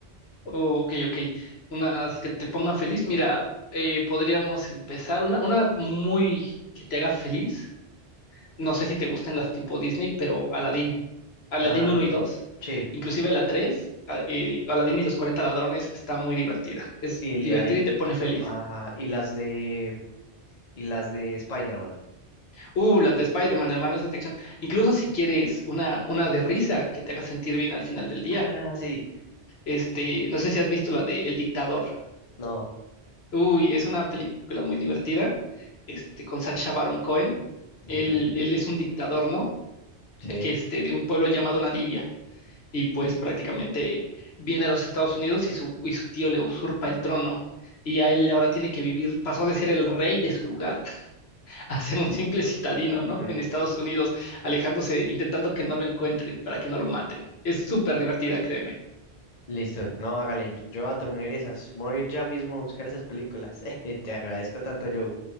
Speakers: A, on the left; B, on the left.
A: Oh, ok, ok. Unas que te pongan feliz. Mira, eh, podríamos empezar una, una muy que te haga feliz. No sé si te gustan las tipo Disney, pero Aladdin. Aladdin
B: Ah,
A: uno y 2,
B: sí.
A: inclusive la 3, a- eh, Aladdin y los 40 ladrones, está muy divertida. Es
B: Y le-
A: divertida
B: ahí,
A: y te pone feliz.
B: ajá. Y las de, y las de Spider-Man.
A: Uh, las de Spider-Man, hermano, esas de acción. Incluso si quieres una, una de risa que te haga sentir bien al final del día.
B: Ah, sí.
A: Este,
B: Eh,
A: no sé si has visto la de El Dictador.
B: No.
A: Uy, es una película muy divertida, este, con Sacha Baron Cohen. Él,
B: Ujú.
A: él es un dictador, ¿no?
B: Sí.
A: Que este, de un pueblo llamado Nadivia. y pues prácticamente viene a los Estados Unidos y su, y su tío le usurpa el trono. Y a él ahora tiene que vivir, pasó de ser el rey de su lugar <laughs> a ser un simple citadino,
B: Ujú.
A: ¿no? En Estados Unidos, alejándose, intentando que no lo encuentren, para que no lo maten. Es súper divertida, créeme.
B: Listo. No, hágale. Yo voy a tener esas. Me Voy a ir ya mismo a buscar esas películas. <laughs> Te agradezco tanto, Joe.